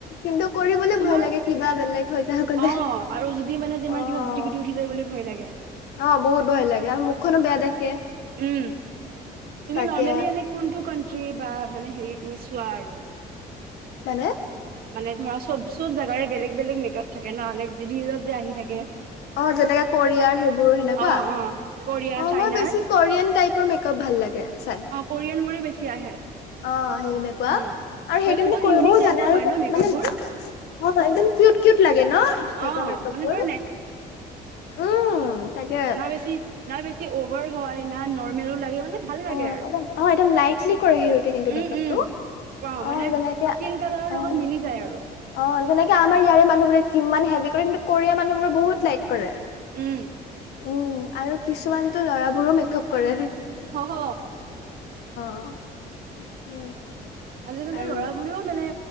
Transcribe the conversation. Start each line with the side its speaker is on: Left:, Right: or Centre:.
Left: কিন্তু কৰিবলৈ
Right: তোমাৰ
Left: ভয় লাগে বেলেগ হৈ থাক গলে।
Right: অ
Left: অ',
Right: আৰু যদি মানে তোমাৰ কিবা গুটি গুটি উঠি যায় বুলি ভয় লাগে
Left: অ বহুত ভয় লাগে আৰু মুখখনো বেয়া দেখে। <unintelligible>
Right: এ তুমি
Left: তাকে
Right: নৰ্মেলি এনে কোনটো <unintelligible> মানে হেৰি তুমি চোৱা আৰু।
Left: মানে
Right: মানে ধৰা চব চব জোগাৰে বেলেগ বেলেগ মেকআপ থাকে নহলে যিত যে আহি থাকে
Left: অ' যেনেকে কোৰিয়াৰ সেইবোৰ সেনেকুৱা।
Right: অ অ কোৰিয়া
Left: অ'
Right: চাইনাৰ
Left: মই বেছি কৰিয়ান টাইপৰ মেকআপ ভাল লাগে। চাই
Right: অ' কৰিয়ান বোৰে বে <unintelligible> আহে।
Left: অ'। এনেকুৱা
Right: উম
Left: আৰু
Right: সিহঁতে
Left: সেইটো মানে
Right: বহুত
Left: কৰিবও
Right: ইউনিক টাইপৰ
Left: জানে আৰু
Right: হয় ন মেকআপ
Left: মানে
Right: বোৰ
Left: হয় কিউট কিউট লাগে। <unintelligible>
Right: অ মানে পুৰা
Left: উম। তাকে
Right: ন বেচি না বেছি অভাৰ হয় না নৰ্মেলো লাগে। মানে ভাল লাগে
Left: অ'
Right: আৰু
Left: একদম অ' একদম লাইটলি কৰে সিহতে কিন্তু
Right: উম
Left: মেকআপটো
Right: উম
Left: অ'
Right: মানে
Left: যেনেকে
Right: স্কিন কালাৰৰ
Left: অ',
Right: লগত মিলি যায় আৰু
Left: অ। আমাৰ ইয়াৰে মানুহবোৰে কিমান হেভি কৰে কিন্তু কোৰিয়াৰ মানুহ বোৰে বহুত লাইট কৰে।
Right: উম।
Left: উম আৰু কিছুমানতো ল'ৰাবোৰো মেকআপ কৰেহে।
Right: হ হ
Left: অ তাকে
Right: আজিকালিটো
Left: আৰু
Right: মানে